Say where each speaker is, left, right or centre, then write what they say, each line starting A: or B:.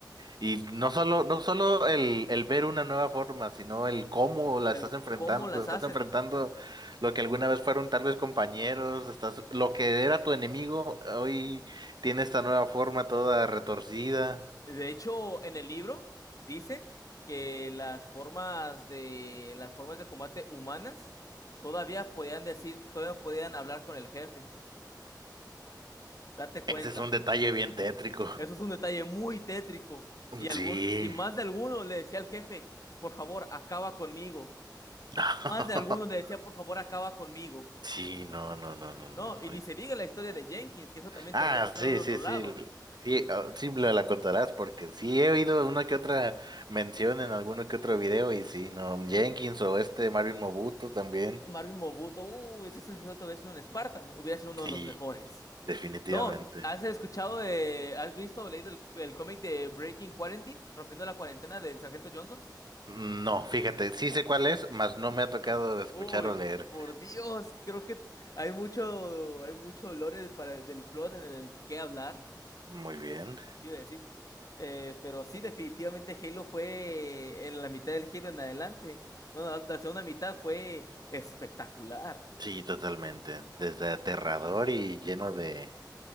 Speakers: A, on the right; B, on the left.
A: y no solo, no solo el, el ver una nueva forma, sino el cómo la
B: el
A: estás enfrentando,
B: cómo las
A: estás
B: hacen.
A: enfrentando lo que alguna vez fueron tal vez compañeros, estás, lo que era tu enemigo, hoy tiene esta nueva forma toda retorcida.
B: De hecho, en el libro dice que las formas de las formas de combate humanas todavía podían decir, todavía podían hablar con el jefe. Date cuenta.
A: Ese es un detalle bien tétrico.
B: Eso es un detalle muy tétrico. Y algún,
A: Sí.
B: y más de alguno le decía al jefe, por favor, acaba conmigo.
A: <laughs>
B: Más de alguno le decía, por favor, acaba conmigo.
A: Sí, no, no, no, no, no.
B: No, y ni se diga la historia de Jenkins, que eso también
A: Ah,
B: te lo voy a contar
A: sí,
B: en otro
A: sí,
B: lado.
A: sí. Sí, ah, sí me la contarás porque sí he oído una que otra mención en alguno que otro video y sí, no. Jenkins o este Marvin Mobuto también.
B: Marvin Mobuto, uy, si ese sujeto hubiera sido un Spartan, hubiera sido uno de
A: Sí,
B: los mejores.
A: definitivamente.
B: No, ¿has escuchado de, has visto o leído el, el cómic de Breaking Quarantine, rompiendo la cuarentena del Sargento Johnson?
A: No, fíjate, sí sé cuál es, mas no me ha tocado escuchar
B: Uy,
A: o leer.
B: por Dios, creo que hay mucho, hay mucho lore para, del Flood en el que hablar,
A: Muy bien.
B: te iba a decir. Eh, pero sí, definitivamente Halo fue en la mitad del Halo en adelante. Bueno, la, la segunda mitad fue espectacular.
A: Sí, totalmente. Desde aterrador y lleno de,